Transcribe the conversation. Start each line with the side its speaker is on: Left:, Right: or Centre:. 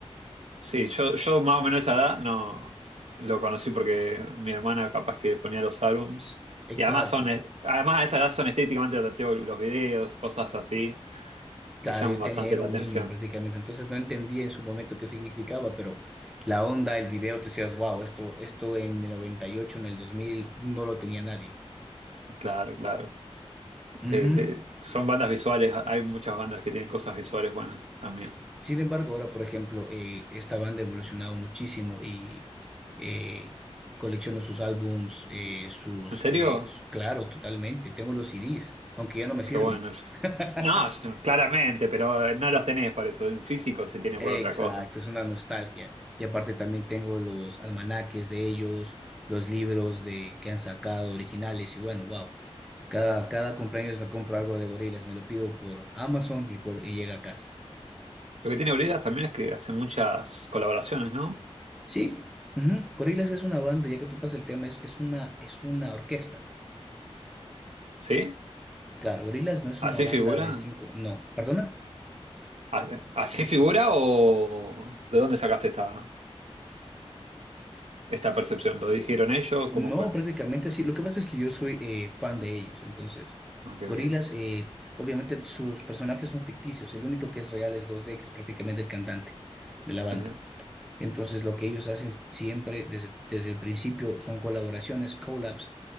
Right: Sí, yo, yo más o menos esa edad no lo conocí porque mi hermana capaz que ponía los álbums.
Centre: Exacto.
Right: Y además son, eh, además a esa edad son estéticamente atractivos los videos, cosas así,
Centre: Claro,
Right: te llaman
Centre: yo
Right: bastante
Centre: tenía, era
Right: la
Centre: un
Right: atención.
Centre: niño prácticamente, entonces no entendía en su momento qué significaba, pero la onda, el video, te decías, wow, esto, esto en el 98, en el 2000, no lo tenía nadie.
Right: Claro, claro.
Centre: Ujú.
Right: Te- te- son bandas visuales, hay muchas bandas que tienen cosas visuales buenas también.
Centre: Sin embargo, ahora, por ejemplo, eh, esta banda ha evolucionado muchísimo y eh, colecciono sus álbums, eh, sus,
Right: ¿En serio?
Centre: eh, s- claro, totalmente, tengo los CDs, aunque ya no me
Right: Qué
Centre: sirven.
Right: bueno.
Centre: <laughs>
Right: No, yo- claramente, pero eh, no los tenés para eso. El físico se tiene
Centre: Exacto,
Right: por otra cosa.
Centre: es una nostalgia. Y aparte también tengo los almanaques de ellos, los libros de que han sacado originales y bueno, wow. Cada, cada cumpleaños me compro algo de Gorillaz, me lo pido por Amazon y, por, y llega a casa.
Right: Lo que tiene Bridas también es que hace muchas colaboraciones, ¿no?
Centre: Sí, ujú, Gorillaz es una banda, ya que tú pasas el tema, es, es una, es una orquesta.
Right: ¿Sí?
Centre: Claro, Gorillaz no es
Right: ¿Así
Centre: una banda
Right: figura?
Centre: de cinco, no, perdona.
Right: ¿A- ¿Así figura o de dónde sacaste esta, esta percepción? ¿Lo dijeron ellos?
Centre: No,
Right: ¿Cómo fue?
Centre: prácticamente sí. Lo que pasa es que yo soy eh, fan de ellos. Entonces,
Right: Ok, ok.
Centre: Gorilas, eh, obviamente sus personajes son ficticios. El único que es real es dos d que es prácticamente el cantante de la banda.
Right: <laughs>
Centre: Entonces, lo que ellos hacen siempre desde, desde el principio son colaboraciones, collabs,